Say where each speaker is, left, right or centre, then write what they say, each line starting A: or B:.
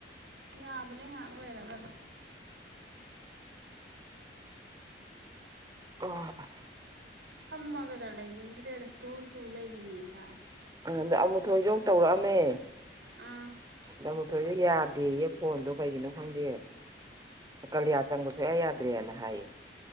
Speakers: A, on the right; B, on the right.
A: ꯌꯥꯕꯅꯦ ꯉꯥꯏꯍꯥꯛ ꯂꯩꯔꯒ
B: ꯑ
A: ꯐꯝꯃꯒꯒ ꯂꯩꯅꯤꯡꯗ꯭ꯔꯦꯗ ꯇꯨ ꯇꯨ ꯂꯩꯅꯤꯡꯉꯦ ꯏꯁꯥꯁꯦ꯫
B: ꯍꯟꯗꯛ ꯑꯃꯨꯊꯣꯏꯁꯨ ꯑꯃꯨꯛ ꯇꯧꯔꯛꯑꯝꯃꯦ꯫
A: ꯑꯥ
B: ꯗꯃꯨꯊꯣꯏꯁꯨ ꯌꯥꯗꯦꯌꯦ ꯐꯣꯟꯗꯣ ꯀꯩꯒꯤꯅꯣ ꯈꯪꯗꯦ꯫ ꯀꯂꯤꯌꯥ ꯆꯪꯕ ꯁꯨꯌꯥ ꯌꯥꯗ꯭ꯔꯦꯅ ꯍꯥꯏꯌꯦ꯫